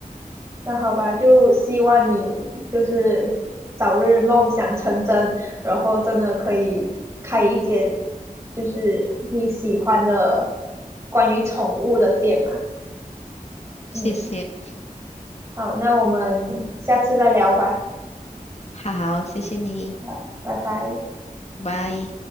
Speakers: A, on the right (about 20°); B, on the left (about 50°).
A: 那好吧，就希望你就是早日梦想成真，然后真的可以开一间就是你喜欢的关于宠物的店嘛。嗯，
B: 谢谢，
A: 好，那我们下次再聊吧。
B: 好，谢谢你，
A: 好，拜拜。
B: 拜。